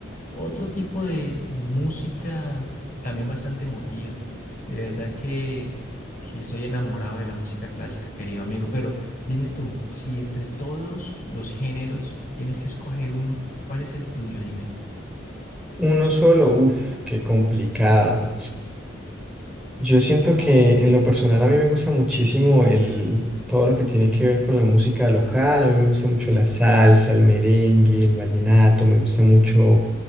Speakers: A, on the left (about 45°); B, in the centre.
A: otro tipo de, de música también bastante emotiva. De verdad que, que estoy enamorado de la música clásica, querido amigo. Pero dime tú, si entre todos los géneros tienes que escoger uno, ¿cuál es el tuyo? Dime.
B: Uno solo, uff, qué complicado. Yo siento que en lo personal a mí me gusta muchísimo el, todo lo que tiene que ver con la música local. A mí me gusta mucho la salsa, el merengue, el vallenato. Me gusta mucho